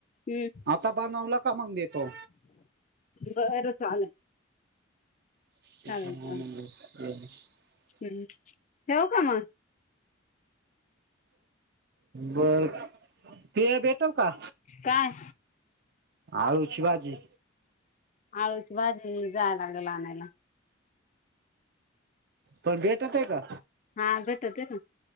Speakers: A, on the left (about 35°); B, on the right (about 50°).
A: हम्म
B: आता बनवला का मग देतो
A: बरं चालेल
B: त
A: चालेल चालेल
B: <unintelligible>
A: हम्म नेऊ का म
B: बर ते भेटल का
A: काय
B: आळूची भाजी
A: आळूची भाजी जायला लागल आनायला
B: पण भेटत का
A: हा भेटत ना